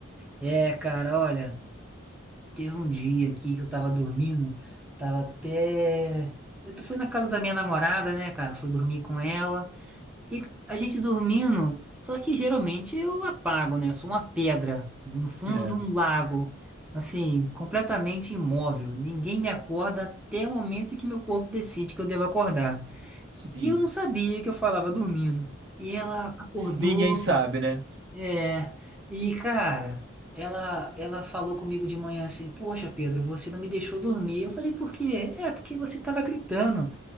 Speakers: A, in the centre; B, on the right (about 55°).
A: É, cara, olha, teve um dia aqui que eu tava dormindo, tava até. Eu fui na casa da minha namorada, né, cara? Fui dormir com ela. E a gente dormindo, só que geralmente eu apago, né? Eu sou uma pedra no fundo
B: É,
A: de um lago, assim, completamente imóvel. Ninguém me acorda até o momento em que meu corpo decide que eu devo acordar.
B: sim.
A: E eu não sabia que eu falava dormindo. E ela acordou,
B: Ninguém sabe, né?
A: é. E cara, ela ela falou comigo de manhã assim: "Poxa, Pedro, você não me deixou dormir". Eu falei: "Por quê?". É, porque você tava gritando.